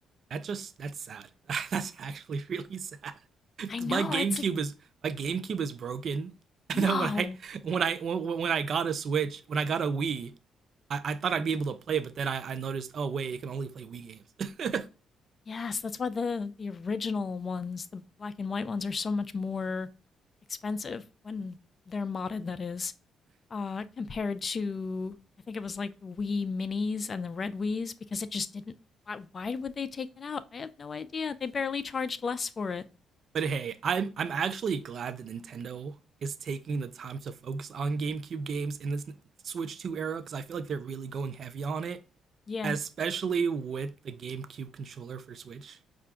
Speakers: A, on the right; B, on the left.
A: That just that's sad. <laughs> that's actually really sad. <laughs> Because
B: I know
A: my GameCube
B: it's like
A: is my GameCube is broken. <laughs>
B: no.
A: And then when I when I when, when I got a Switch, when I got a Wii, I, I thought I'd be able to play, it, but then I, I noticed, oh wait, it can only play Wii games. <laughs>
B: Yes, that's why the the original ones, the black and white ones, are so much more expensive when they're modded. That is, uh, compared to I think it was like the Wii Minis and the Red Wii's because it just didn't. Why, why would they take that out? I have no idea. They barely charged less for it.
A: but hey, I'm I'm actually glad that Nintendo is taking the time to focus on GameCube games in this Switch 2 era because I feel like they're really going heavy on it,
B: Yeah,
A: especially with the GameCube controller for Switch.